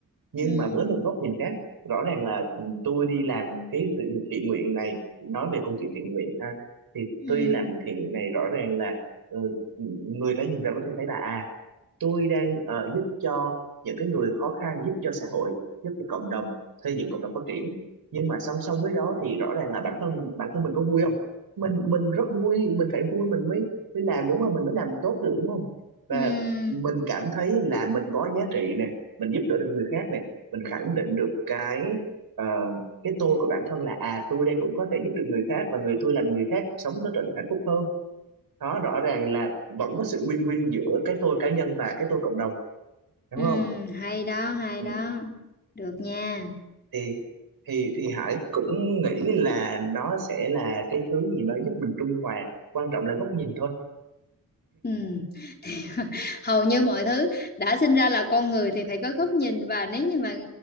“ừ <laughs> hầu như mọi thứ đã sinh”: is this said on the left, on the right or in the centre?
Left